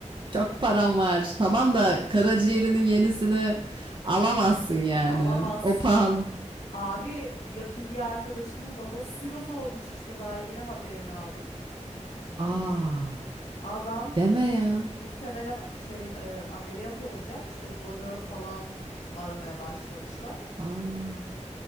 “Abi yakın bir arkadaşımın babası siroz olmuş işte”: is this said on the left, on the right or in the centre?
Left